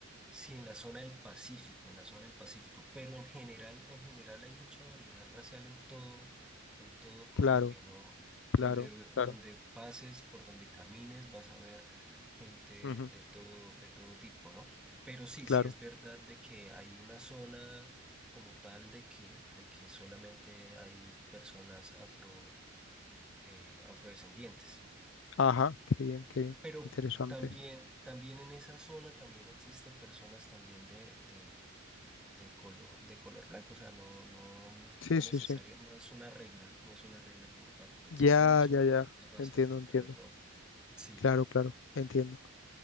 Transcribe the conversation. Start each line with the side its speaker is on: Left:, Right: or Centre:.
Centre: Sí, en la zona del Pacífico, en la zona del Pacífico, pero en general, en general hay mucha variedad racial en todo, en todo Colombia,
Left: Claro,
Centre: ¿no?
Left: claro,
Centre: Donde, donde
Left: claro,
Centre: pases, por donde camines, vas a ver gente
Left: ujú,
Centre: de todo, de todo tipo, ¿no? Pero sí,
Left: claro.
Centre: sí es verdad de que hay una zona como tal de que, de que solamente hay personas afro, eh, afrodescendientes.
Left: Ajá, qué bien, qué bien,
Centre: Pero
Left: interesante.
Centre: también, también en esa zona también existen personas también de, de de color, de color blanco, o sea, no, no, ne-
Left: Sí,
Centre: no
Left: sí,
Centre: necesaria,
Left: sí.
Centre: no es una regla, no es una regla como tal. Existe
Left: Ya,
Centre: mucha
Left: ya,
Centre: variedad
Left: ya.
Centre: de razas
Left: Entiendo,
Centre: dentro
Left: entiendo.
Centre: de todo. Sí,
Left: Claro, claro, entiendo.